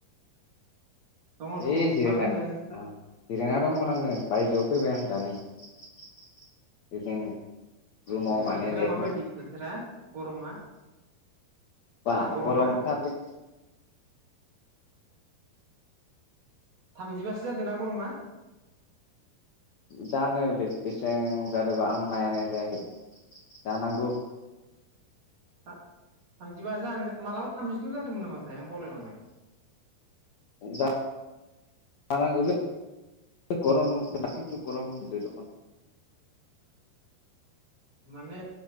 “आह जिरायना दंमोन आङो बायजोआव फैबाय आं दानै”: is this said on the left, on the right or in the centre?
Left